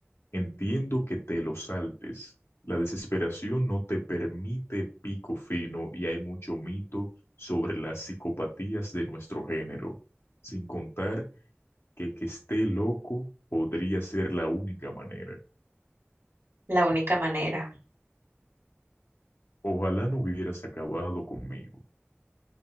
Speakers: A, on the left (about 70°); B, on the right (about 60°).
A: Entiendo que te lo saltes. La desesperación no te permite pico fino y hay mucho mito sobre las psicopatías de nuestro género, sin contar que que esté loco podría ser la única manera.
B: La única manera.
A: Ojalá no hubieras acabado conmigo.